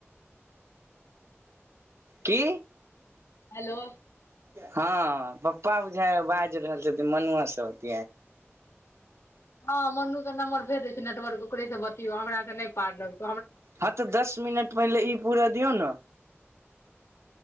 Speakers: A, on the right (about 75°); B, on the left (about 80°).
A: की
B: हेलो
A: हँ पप्पा बुझा बाजि रहल छथि मनआसँ होत
B: हँ मनू के नम्बर भेज दै छै नेटवर्क ओकरे से बतियौ हमरा से नहि पार लगत
A: हँ तऽ दस मिनट पहिनेे ई पूरा दियौ ने